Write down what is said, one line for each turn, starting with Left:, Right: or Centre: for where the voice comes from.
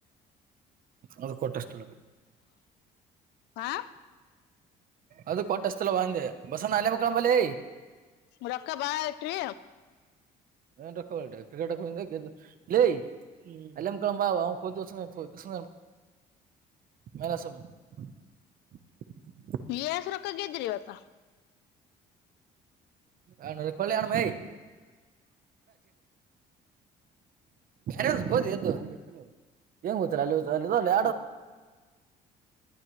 Right: ಅದು ಕೊಟ್ಟಷ್ಟಲ್ಲ
Left: ಹಾ
Right: ಅದು ಕೊಟ್ಟಷ್ಟಲ್ಲ ಅಂದೆ ಬಸಣ್ಣ ಅಲ್ಲೇ ಮಕ್ಕಳಂಬಲೇ
Left: ರಕ್ಕಬಷ್ಟೀ
Right: ಹ ರ ಕ್ರಿಕ ಹ ಹ್ಮ ಎಮ ಕಳ ಭಾವ ಹ ಕೊೋತಸು ಮ <inaudible>
Left: ವಿಸ್ ರಕ್ಕ ಗ್ದ್ರೀವತ್ತ
Right: ಹ ಕಲ್ಾಣ ಕ ಎಂ ಹ ಹೋದು ಎ ಂಗ ಗೊತ್ತಲ್ಲ ಅಲ್ಲಿ